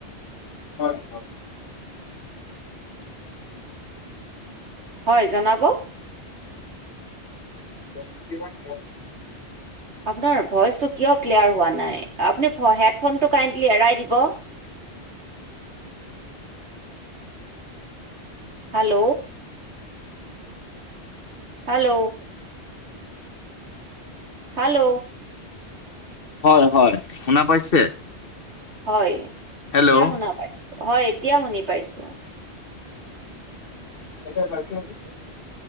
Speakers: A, on the left; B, on the right.
A: হয়। হয়
B: হয়, জনাব।
A: <inaudible>
B: আপোনাৰ ভইচটো কিয় ক্লিয়াৰ হোৱা নাই আপুনি হেডফোনটো কাইণ্ডলি এৰাই দিব। হেল্ল'। হেল্ল'। হেল্ল'।
A: হয়, হয়, শুনা পাইছে?
B: হয়,
A: হেল্ল'
B: এতিয়া শুনা পাইছো, হয় এতিয়া শুনি পাইছো।
A: এতিয়া বাকী <unintelligible>